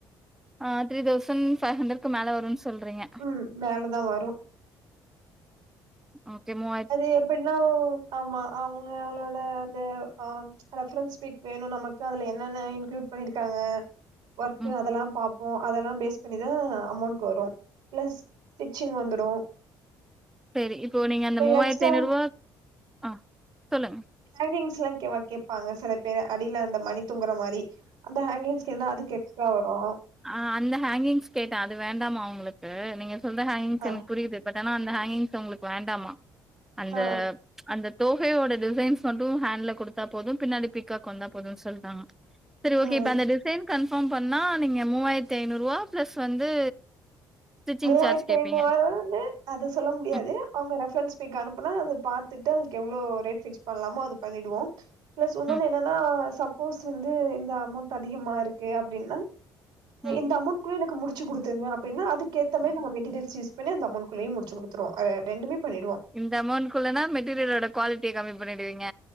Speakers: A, in the centre; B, on the right (about 80°).
A: அ த்ரீ தௌசண் ஃபைவ் ஹண்ட்ரட்கு மேலே வருன் சொல்றீங்க
B: ம் மேல தா வரு
A: ஓக்கே மூ
B: அது எப்டின்னா ஆமா அவுங்க அவளோட அது ஆ ரெஃபரன்ஸ் பிக் வேணு நமக்கு அதுல என்னென்ன இன்க்ளூட் பண்ணிருக்காங்க ஒர்க்கு
A: ம்.
B: அதெல்லா பாப்போ அதெல்லா பேஸ் பண்ணிதா அமோண்ட் வரு பிளஸ் ஸ்டிச்சிங் வந்துடு
A: சேரி இப்போ நீங்க அந்த மூவாயிரத்
B: எக்ஸ்ட்ரா
A: ஐநூற்வா ஆ சொல்லுங்க
B: ஹேங்கிங்ஸ்லா கே கேப்பாங்க சில பேரு அடில அந்த மணி தொங்கற மாரி அந்த ஹேங்கிஸ்கெனா அதுக்கு எக்ஸ்ட்ரா வரு
A: ஆ அந்த ஹேங்கிங்ஸ் கேட்டே அது வேண்டாமா அவுங்களுக்கு நீங்க சொல்ற ஹேங்கிங்ஸ்
B: அ
A: எனக்கு புரியுது பட் ஆனா அந்த ஹேங்கிங்ஸ் அவ்ங்களுக்கு வேண்டாமா அந்த
B: ஆ
A: அந்த தோகையோட டிசைன்ஸ் மட்டு ஹேண்ல குடுத்தா போது பின்னாடி பீக்காக் வந்தா போது சொல்டாங்க சரி ஓக்கே
B: ம்.
A: இப்ப அந்த டிசைன் கன்ஃபாம் பண்ணா நீங்க மூவாயிரத்தி ஐநூற்வா பிளஸ் வந்து ஸ்டிச்சிங்
B: மூவாயிரத்தி
A: சார்ஜ் கேப்பீங்க
B: ஐநூ வராது அது சொல்ல முடியாது
A: ம்
B: அவுங்க ரெஃபரன்ஸ் பிக் அனுப்புனா அத பாத்துட்டு அதுக்கு எவ்ளோ ரேட் ஃபிக்ஸ் பண்லாமோ அது பண்ணிடுவோ பிளஸ் உன்னொன்னு
A: ம்
B: என்னன்னா சப்போஸ் வந்து இந்த அமோண்ட் அதிகமா இருக்கு அப்டின்னா
A: ம்
B: இந்த அமோண்ட் குள்ள எனக்கு முடு ச்சு குடுத்துருங்க அப்ன்னா அதுக்கேத்த மாரி நாங்க மெட்டீரியல்ஸ் யூஸ் பண்ணி அந்த அமோண்ட்டு குள்ளயே முடிச்சு குடுத்துருவோ அ ரெண்டுமே பண்ணிடுவோ
A: இந்த அமோண்ட்குள்ளன்னா மெட்டீரியலோட குவாலிட்டிய கம்மி பண்ணிடுவீங்க